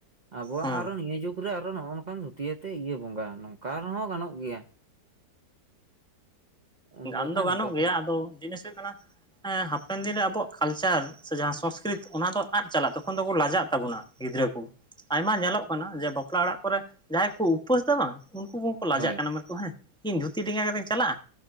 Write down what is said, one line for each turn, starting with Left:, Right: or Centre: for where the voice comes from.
Right: ᱟᱵᱚᱣᱟᱜ
Centre: ᱦᱮᱸ
Right: ᱱᱤᱭᱟᱹ ᱡᱩᱜᱽ ᱨᱮ ᱟᱨᱚ ᱱᱚᱜᱼᱚᱱᱠᱟᱱ ᱫᱷᱩᱛᱤᱭᱟᱛᱮᱜ ᱤᱭᱟᱹ ᱵᱚᱸᱜᱟ ᱱᱚᱝᱠᱟ ᱨᱮᱦᱚᱸ ᱜᱟᱱᱚᱜ ᱜᱮᱭᱟ <inaudible>
Centre: ᱜᱟᱱ
Right: ᱵᱟᱠᱷᱟᱱ
Centre: ᱫᱚ ᱜᱟᱱᱚᱜ
Right: ᱱᱚᱝᱠᱟ ᱠᱚ
Centre: ᱜᱮᱭᱟ ᱟᱫᱚ ᱡᱤᱱᱤᱥ ᱦᱩᱭᱩᱜ ᱠᱟᱱᱟ ᱦᱟᱯᱮᱱ ᱫᱤᱱ ᱨᱮ ᱟᱵᱚᱣᱟᱜ ᱠᱟᱞᱪᱟᱨ ᱥᱮ ᱡᱟᱦᱟᱸ ᱥᱚᱝᱥᱠᱨᱤᱛ ᱚᱱᱟ ᱫᱚ ᱟᱫ ᱪᱟᱞᱟᱜ ᱛᱚᱠᱷᱚᱱ ᱫᱚᱠᱚ ᱞᱟᱡᱟᱜ ᱛᱟᱵᱚᱱᱟ ᱜᱤᱫᱽᱨᱟᱹ ᱠᱚ᱾ ᱟᱭᱢᱟ ᱧᱮᱞᱚᱜ ᱠᱟᱱᱟ ᱡᱮ ᱵᱟᱯᱞᱟ ᱚᱲᱟᱜ ᱠᱚᱨᱮ ᱡᱟᱦᱟᱸᱭ ᱠᱚ ᱩᱯᱟᱹᱥ ᱫᱟ ᱵᱟᱝ ᱩᱱᱠᱩ ᱠᱩ ᱞᱟᱡᱟᱜ
Right: ᱦᱳᱭ
Centre: ᱠᱟᱱᱟ ᱦᱮᱸ ᱤᱧ ᱫᱷᱩᱛᱤ ᱰᱮᱸᱜᱟ ᱠᱟᱛᱮᱧ ᱪᱟᱞᱟᱜᱼᱟ᱾